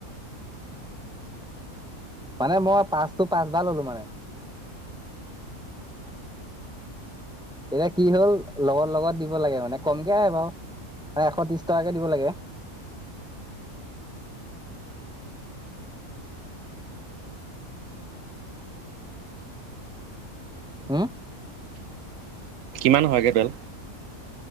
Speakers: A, in the centre; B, on the right.
A: মানে মই পাঁচটো পাঁচবাৰ ললো মানে এতিয়া কি হল লগৰ লগত দিব লাগে মানে কমকে আহ বাৰু এশ ত্ৰিশ টকাকে দিব লাগে। হম',
B: কিমান হয়গে তেল।